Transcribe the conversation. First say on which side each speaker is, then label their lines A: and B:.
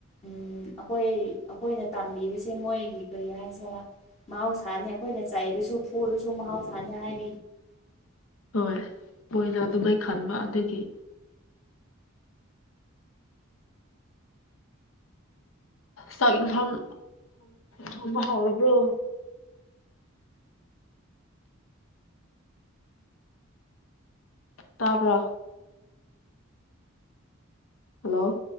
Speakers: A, on the left (about 30°); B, on the left (about 70°).
A: ꯎ ꯑꯩꯈꯣꯏ ꯑꯩꯈꯣꯏꯅ ꯇꯝꯕꯤꯕꯁꯦ ꯃꯣꯏꯒꯤ ꯀꯔꯤ ꯍꯥꯏꯁꯤꯔ ꯃꯍꯧꯁꯥꯅꯤ ꯑꯩꯈꯣꯏꯅ ꯆꯩꯥꯏꯔꯁꯨ ꯐꯨꯔꯁꯨ ꯃꯍꯥꯎꯁꯥꯅꯤ ꯍꯥꯏꯔꯤ
B: ꯍꯣꯏ ꯃꯣꯏꯅ ꯑꯗꯨꯃꯩ ꯈꯟꯕ ꯑꯗꯨꯒꯤ ꯆꯥꯛ ꯏꯟꯊꯥꯡ ꯊꯣꯡꯕ ꯍꯧꯥꯎꯔꯕ꯭ꯔꯣ ꯇꯥꯕ꯭ꯔꯥ ꯍꯜꯂꯣ